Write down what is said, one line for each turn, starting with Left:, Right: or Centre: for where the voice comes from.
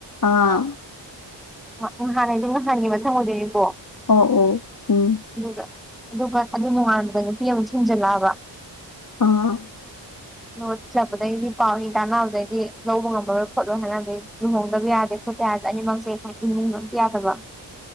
Left: ꯑꯥ
Centre: ꯎ ꯉꯍꯥꯟ ꯍꯥꯢꯗꯤ ꯉꯍꯥꯟꯒꯤ ꯃꯊꯪ ꯑꯣꯢꯗꯣꯢꯅꯤꯀꯣ
Left: ꯑꯣ ꯑꯣ ꯎꯝ
Centre: ꯑꯗꯨꯗ ꯑꯗꯨꯒ ꯑꯗꯨ ꯅꯨꯡꯉꯥꯟꯕꯗ ꯅꯨꯄꯤ ꯑꯃꯨꯛ ꯊꯤꯡꯖꯤꯜꯂꯛꯑꯕ
Left: ꯎꯝ
Centre: ꯂꯧ ꯆꯠꯄꯗꯩꯗꯤ ꯄꯥꯎ ꯏ ꯇꯥꯟꯅꯕꯗꯩꯗꯤ ꯂꯧꯕ ꯉꯝꯃꯔꯣꯢ ꯈꯣꯠꯂꯣꯢ ꯍꯥꯢꯅꯕꯗꯩ ꯂꯨꯍꯣꯡꯗꯕ ꯌꯥꯗꯦ <unintelligible> ꯑꯅꯤꯃꯛꯁꯦ ꯏꯃꯨꯡꯅ ꯑꯝꯇ ꯌꯥꯗꯕ